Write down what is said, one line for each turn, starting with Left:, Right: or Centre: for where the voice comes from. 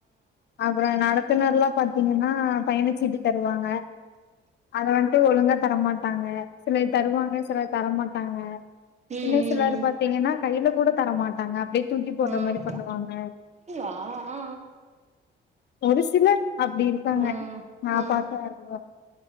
Left: அப்புற நடத்துனர்ல பாத்தீங்கன்னா பயணிச்சீட்டு தருவாங்க அத வந்ட்டு ஒழுங்கா தரமாட்டாங்க சிலர் தருவாங்க சில தரமாட்டாங்க
Right: ம்
Left: இன்னு சிலர் பாத்தீங்கன்னா கையில கூட தரமாட்டாங்க அப்டி தூக்கி போடுற
Right: ம்
Left: மாரி பண்ணுவாங்க
Right: ஆ ஆ ஆ
Left: ஒரு சிலர் அப்டி இருக்காங்க
Right: ம்
Left: நா
Right: ம் ஆ ஆ ம் ம் ம் ஆ அப்டிங்களா ஆ ஆ ஆ ஆ ஆ ஆ
Left: பார்த்த வரையுளு